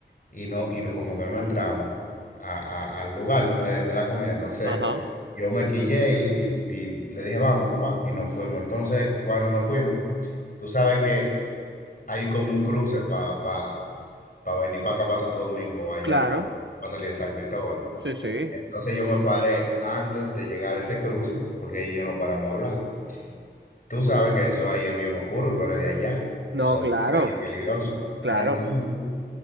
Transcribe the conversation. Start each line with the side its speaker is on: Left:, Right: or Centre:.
Left: y no, y no- como que no entramos a- a- al lugar donde de la comida. Entonces,
Right: ajá.
Left: yo me quillé y, y- y le dije, vámonos, pan, y nos fuimos. Entonces, cuando nos fuimos, tú sabes que hay como un cruce para pa, pa pa venir para acá, para Santo Domingo, allá,
Right: Claro,
Left: cuando para salir de San Cristóbal.
Right: sí, sí.
Left: Entonces, yo me paré antes de llegar a ese cruce, porque ahí yo no paramos a hablar. Tú sabes que eso ahí es bien oscuro, tú eres de allá,
Right: No,
Left: eso es
Right: claro,
Left: oscuro ahí peligroso.
Right: claro.
Left: Entonces,